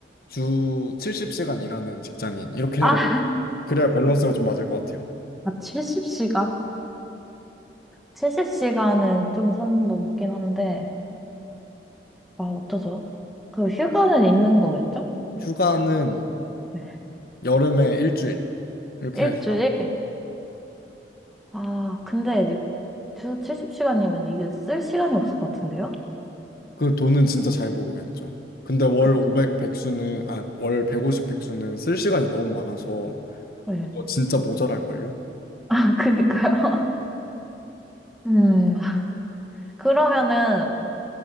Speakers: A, on the left; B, in the centre.
A: 주 70시간 일하는 직장인 이렇게
B: 아,
A: 해야 될 것 같아요.
B: <laughs>
A: 그래야 밸런스가 좀 맞을 것 같아요.
B: 70시간? 70시간은 좀 선 넘긴 한데, 아, 어쩌죠? 그 휴가는 있는 거겠죠?
A: 휴가는
B: 네.
A: 여름에 일주일 이렇게
B: 일주일?
A: 해서 한번.
B: 아, 근데 이제 주 70시간이면 이게 쓸 시간이 없을 것 같은데요?
A: 그 돈은 진짜 잘 모으겠죠. 근데 월
B: 그쵸.
A: 500 백수는 아, 월 150 백수는 쓸 시간이 너무 많아서
B: 네.
A: 그거 진짜 모자랄걸요?
B: <laughs> 그니까요. 음, 그러면은